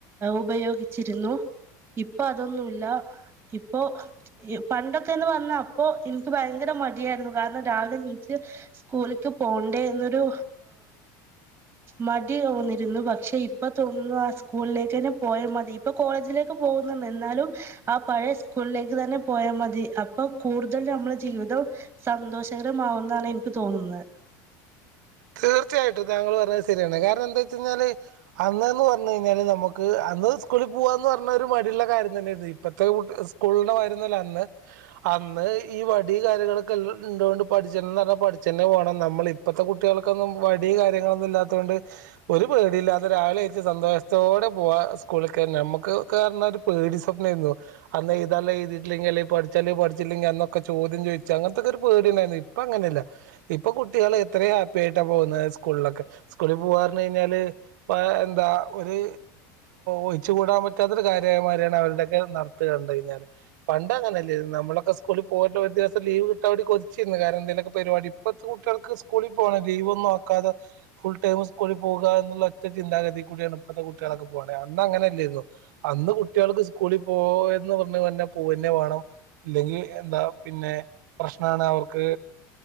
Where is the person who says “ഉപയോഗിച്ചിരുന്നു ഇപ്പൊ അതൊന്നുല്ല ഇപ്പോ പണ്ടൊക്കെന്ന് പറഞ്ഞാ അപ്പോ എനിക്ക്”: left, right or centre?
Right